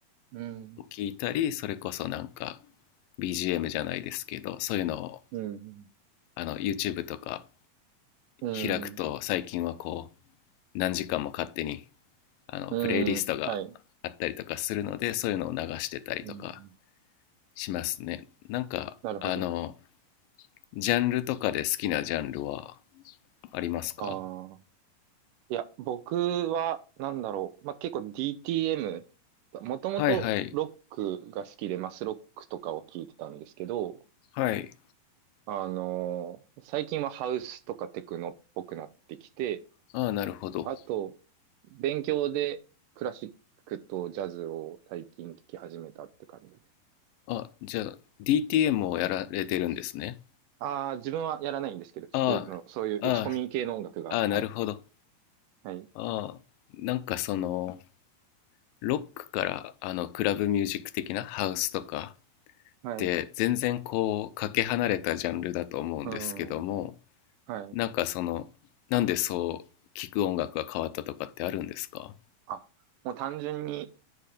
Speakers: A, on the right; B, on the left.
A: どうん、
B: を聞いたり、それこそなんか、BGM じゃないですけど、そういうのを、
A: うん、
B: あの、YouTube とか
A: うん、
B: 開くと、最近はこう、何時間も勝手にあの、
A: うん、
B: プレイリストがあったりとかするので、
A: はい。
B: そういうのを流してたりとか
A: うん、
B: しますね。なんか、
A: なるほど。
B: あの、ジャンルとかで好きなジャンルはありますか
A: ああ。いや、僕は、なんだろう。まあ、結構 DTM、もともとロックが好きで、
B: はいはい。
A: マスロックとかを聞いてたんですけど、
B: はい。
A: あのー最近はハウスとかテクノっぽくなってきて、
B: ああ、なるほど。
A: あと、勉強でクラシックとジャズを最近聞き始めたって感じです。
B: あ、じゃあ、DTM をやられてるんですね。
A: ああ、自分はやらないんですけど、聞くの、
B: あ
A: そういう打ち込み系の音楽が、
B: あ、ああ、ああ、
A: はい。
B: なるほど。
A: はい。
B: ああ、なんかその、ロックから、あの、クラブミュージック的なハウスとかって、
A: はい。
B: 全然こう、かけ離れたジャンルだと思うんですけども、
A: うん。はい。
B: なんかその、なんでそう聞く音楽が変わったとかってあるんですか
A: あ、もう単純に、